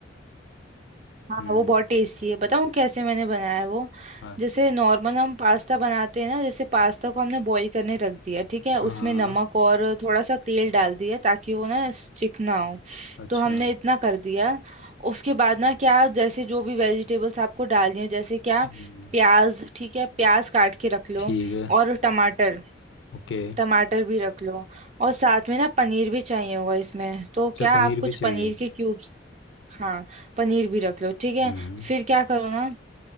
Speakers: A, on the right (about 35°); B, on the left (about 70°).
A: हाँ
B: हम्म
A: वो बहुत टेस्टी है बताऊँ कैसे मैंने बनाया है वो
B: हाँ
A: जैसे नॉर्मल हम पास्ता बनाते हैं ना जैसे पास्ता को हमने बॉईल करने रख दिया ठीक है
B: हाँ
A: उसमें नमक और थोड़ा सा तेल डाल दिया ताकि वो ना चिकना हो
B: अच्छा
A: तो हमने इतना कर दिया उसके बाद ना क्या जैसे जो भी वेजिटेबल्स आपको डालनी हो जैसे क्या
B: हम्म
A: प्याज ठीक है प्याज काट के रख लो
B: ठीक है
A: और टमाटर
B: ओके
A: टमाटर भी रख लो और साथ में ना पनीर भी चाहिए होगा इसमें तो
B: अच्छा
A: क्या
B: पनीर
A: आप कुछ
B: भी चाहिए
A: पनीर के क्यूब्स हाँ पनीर भी रख लो ठीक है
B: हम्म
A: फिर क्या करो ना